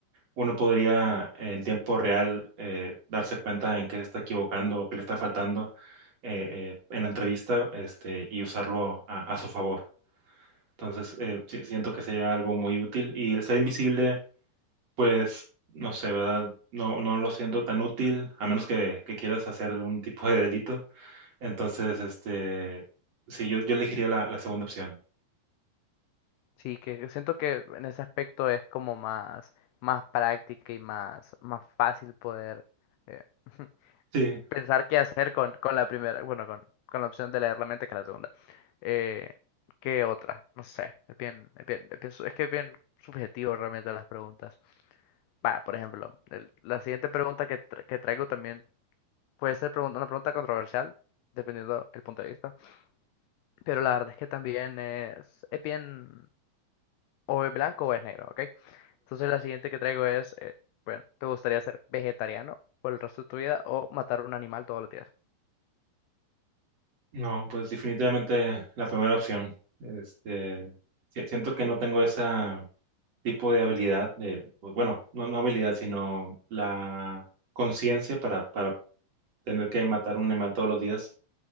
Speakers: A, on the right; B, on the left.
A: uno podría eh, en tiempo real eh, darse cuenta en qué se está equivocando o qué le está faltando eh, eh, en la entrevista este, y usarlo a, a su favor. Entonces, eh, si- siento que sería algo muy útil y el ser invisible, pues, no sé, ¿verdad? No, no lo siento tan útil, a menos que, que quieras hacer algún tipo de delito. Entonces, este, sí, yo, yo elegiría la, la segunda opción.
B: Sí, que siento que en ese aspecto es como más, más práctica y más, más fácil poder eh, <laughs>
A: Sí.
B: pensar qué hacer con, con la primera, bueno, con, con la opción de leer la mente que la segunda. Eh, ¿qué otra? No sé, es bien, es bien, es bien su- es que es bien subjetivo realmente las preguntas. Va, por ejemplo, el- la siguiente pregunta que, tra- que traigo también Puede ser pregun- una pregunta controversial, dependiendo el punto de vista. Pero la verdad es que también es, es bien, o es blanco o es negro, ¿ok? Entonces la siguiente que traigo es, eh, bueno, ¿te gustaría ser vegetariano por el resto de tu vida o matar un animal todos los días?
A: No, pues definitivamente la primera opción. Este, si- siento que no tengo ese tipo de habilidad, de, pues, bueno, no, no habilidad, sino la conciencia para, para tener que matar un animal todos los días,